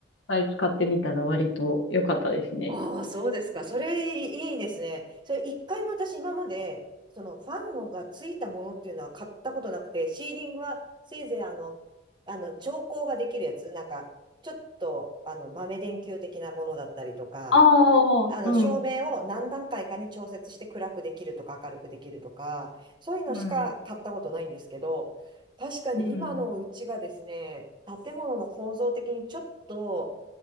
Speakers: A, on the left; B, on the right.
A: サイズ買ってみたら割と良かったですね。
B: ああ、そうですか。それいいですね。それ一回も私今まで、そのファンがついたものっていうのは買ったことなくて、シーリングはせいぜいあの、あの、調光ができるやつ、なんか、ちょっと、あの、豆電球的なものだったりとか、
A: ああ、
B: あの、
A: うん、
B: 照明を何段階かに調節して暗くできるとか明るくできるとか、そういうのしか買ったことないんですけど、
A: うん、
B: 確かに今のうちがですね、
A: うん。
B: 建物の構造的にちょっと、